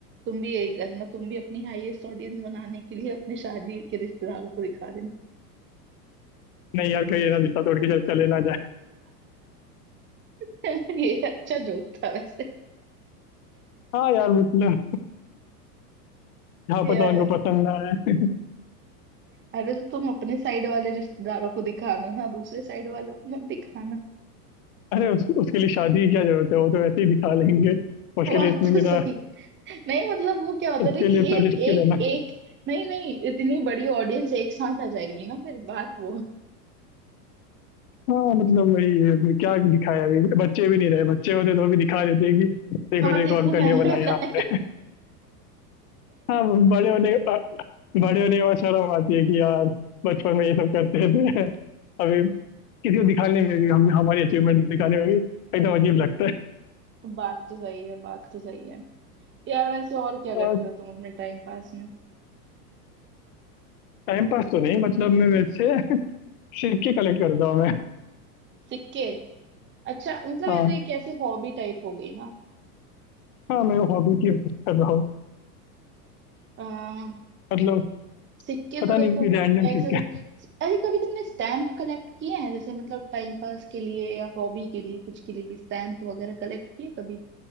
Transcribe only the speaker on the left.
नहीं यार कहीं ये ना रिश्ता तोड़ के चल चले ना जाए
हाँ यार मतलब जहाँ
पता
उनको पसंद ना आए
अरे उस, उसके लिए शादी की क्या जरूरत है वो तो वैसे ही दिखा लेंगे उसके
लिए इतनी बिना
उसके
लिए
इतना
रिस्क क्यों
लेना
हाँ मतलब वही है, अभी क्या दिखाया अभी बच्चे भी नहीं रहे बच्चे होते तो भी दिखा देते कि देखो
देखो
अंकल
ये बनाया
आपने हाँ वो बड़े होने अ, बड़े होने के बाद शर्म आती है कि यार बचपन में ये सब करते थे अभी किसी को दिखाने में भी हम हमारी अचीवमेंट दिखाने में भी एकदम अजीब लगता
है
टाइम पास तो नहीं मतलब मैं वैसे सिक्के कलेक्ट करता हूँ मैं
हाँ
हाँ मैं हॉबी की बात कर रहा हूँ
मतलब
पता
नहीं रैंडम
सिक्के
<laughs>